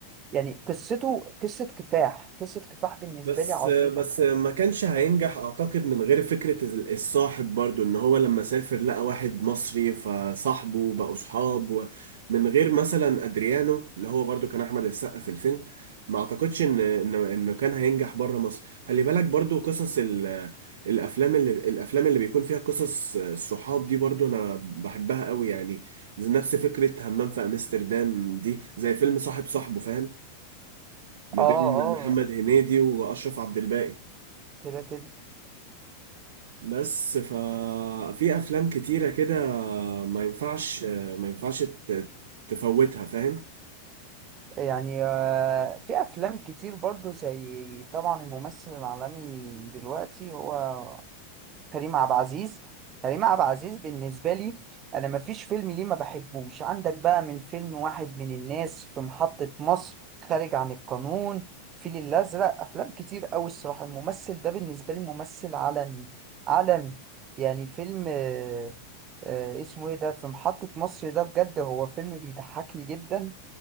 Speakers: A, on the right (about 30°); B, on the right (about 55°).
A: يعني قصته قصة كفاح قصة كفاح بالنسبة
B: بس
A: لي عظيمة
B: بس ما كانش هينجح اعتقد من غير فكرة الصاحب برضو ان هو لما سافر لقى واحد مصري فصاحبه بقوا صحاب من غير مثلا ادريانو اللي هو برضو كان احمد السقا في الفيلم ما اعتقدش ان ان انه كان هينجح بره مصر خلي بالك برضو قصص ال- الافلام اللي الافلام اللي بيكون فيها قصص الصحاب دي برضو انا بحبها قوي يعني زي نفس فكرة همام في امستردام دي زي فيلم صاحب صاحبه فاهم ما
A: اه
B: بين
A: اه
B: محمد هنيدي واشرف عبد الباقي
A: كده كده
B: بس ففي افلام كتيرة كده ما ينفعش ما ينفعش ت- تفوتها فاهم
A: يعني آه، في أفلام كتير برضو زي طبعا الممثل العالمي دلوقتي هو كريم عبد العزيز كريم عبد العزيز بالنسبة لي أنا مفيش فيلم ليه ما بحبوش عندك بقى من فيلم واحد من الناس في محطة مصر خارج عن القانون فيل الأزرق أفلام كتير أوي الصراحة الممثل ده بالنسبة لي ممثل عالمي عالمي يعني فيلم آه، آه، اسمه إيه ده في محطة مصر ده بجد هو فيلم بيضحكني جدا